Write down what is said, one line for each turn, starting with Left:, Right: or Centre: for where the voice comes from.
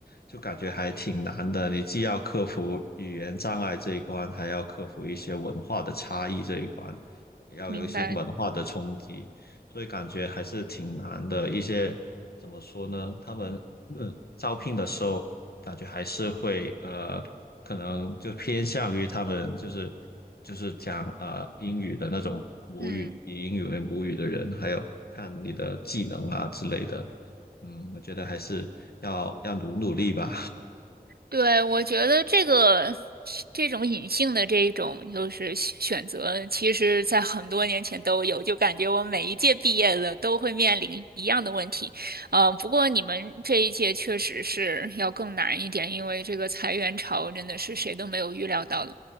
Left: 就感觉还挺难的。你既要克服语言障碍这一关，还要克服一些文化的差异这一关，要有一些文化的冲击，
Right: 明白，
Left: 所以感觉还是挺难的。一些怎么说呢？他们 <clears throat> 嗯招聘的时候感觉还是会呃，可能就偏向于他们就是就是讲呃英语的那种母语，
Right: 嗯。
Left: 以英语为母语的人，还有看你的技能啊之类的。嗯，我觉得还是要要努努力吧。
Right: 对，我觉得这个这种隐性的这种就是选选择，其实在很多年前都有，就感觉我每一届毕业了都会面临一样的问题。嗯，不过你们这一届确实是要更难一点，因为这个裁员潮真的是谁都没有预料到的。